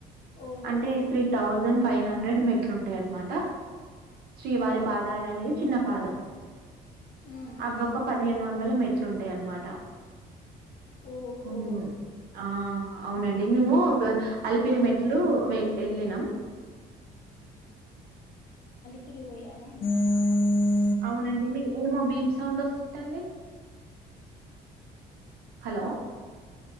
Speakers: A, on the left; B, on the right.
A: ఓహో
B: అంటే త్రీ థౌజండ్ ఫైవ్ హండ్రెడ్ మెట్లు ఉంటాయి అన్నమాట శ్రీవారి
A: ఆ,
B: పాదాల అనేది చిన్న పాదం
A: ఉమ్.
B: అవి ఒక పదిహేను వందల మెట్లు ఉంటాయి అన్నమాట
A: ఓహో
B: ఉమ్ ఆఆ అవునండి మేము అలిపిరి మెట్లు వె ఎళ్ళినం
A: తిరిగి పోయారా <unintelligible>
B: అవునండి మీకు ఏమో బీప్ సౌండ్ వస్తుందండి హలో